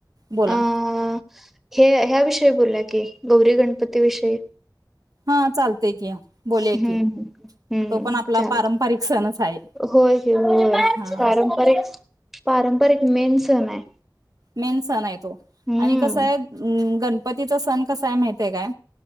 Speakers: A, on the right (about 55°); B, in the centre.
A: बोला
B: अं हे ह्या विषयी बोलल्या की गौरी गणपती विषयी
A: ह हा चालतय की बोलया
B: हम्म
A: की
B: हम्म
A: तो पण आपला
B: चालत
A: पारंपरिक सणच आहे
B: होय
A: हा
B: पारंपरिक पारंपरिक मेन सण आहे
A: मेन सण आहे तो
B: हम्म
A: आणि कसा आहे गणपतीचा सण कसा आहे माहितय काय